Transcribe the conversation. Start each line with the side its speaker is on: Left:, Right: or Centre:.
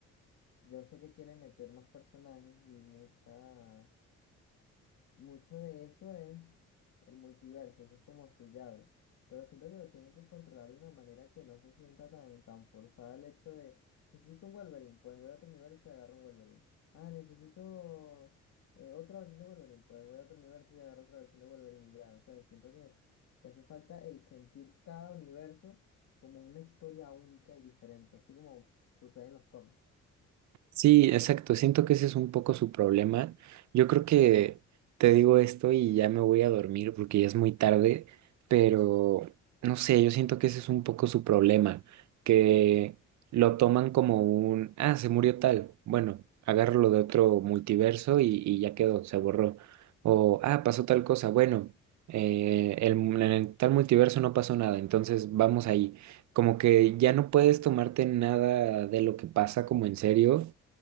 Left: Yo sé que quieren meter más personajes y mucha, mucho de eso es el multiverso, eso es como su llave. Pero siento que lo tienen que controlar de una manera que no se sienta tan, tan forzada el hecho de, necesito un Wolverine, pues voy a otro universo y agarro un Wolverine. Ah, necesito eh, otra versión de Wolverine, pues voy a otro universo y agarro otra versión de Wolverine y ya. O sea, siento que, que hace falta el sentir cada universo como una historia única y diferente, así como sucede en los cómics.
Right: Sí, exacto. Siento que ese es un poco su problema. Yo creo que te digo esto y ya me voy a dormir porque ya es muy tarde, pero no sé, yo siento que ese es un poco su problema, que lo toman como un, ah, se murió tal. Bueno, agárralo de otro multiverso y, y ya quedó, se borró. O, ah, pasó tal cosa. Bueno, eh, el- en el tal multiverso no pasó nada, entonces vamos ahí como que ya no puedes tomarte nada de lo que pasa como en serio